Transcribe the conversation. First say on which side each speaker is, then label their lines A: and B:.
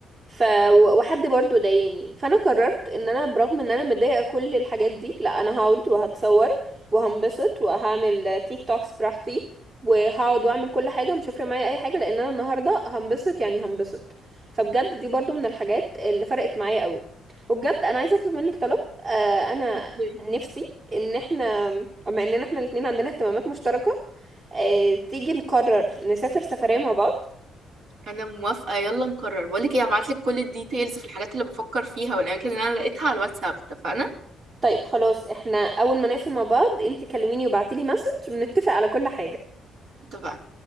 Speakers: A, on the right (about 45°); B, on the right (about 70°).
A: ف و- وحد برضو ضايقني فانا قررت ان انا برغم ان انا متضايقه كل الحاجات دي لا انا هقعد وهتصور وهنبسط وهعمل تيك توكس براحتي وهقعد واعمل كل حاجه مش هيفرق معايا اي حاجه لان انا النهارده هنبسط يعني هنبسط فبجد دي برضو من الحاجات اللي فرقت معايا قوي وبجد انا عايزه اطلب منك طلب آه انا
B: اوكي
A: نفسي ان احنا بما اننا احنا الاتنين عندنا اهتمامات مشتركه آه تيجي نقرر نسافر سفريه مع بعض
B: انا موافقه يلا نقرر بقول لك ايه هبعت لك كل الديتيلز في الحاجات اللي بفكر فيها والاماكن اللي انا لقيتها على الواتساب اتفقنا
A: طيب خلاص احنا اول ما نقفل مع بعض انت كلميني وبعتيلي مسج بنتفق على كل حاجة
B: اتفقنا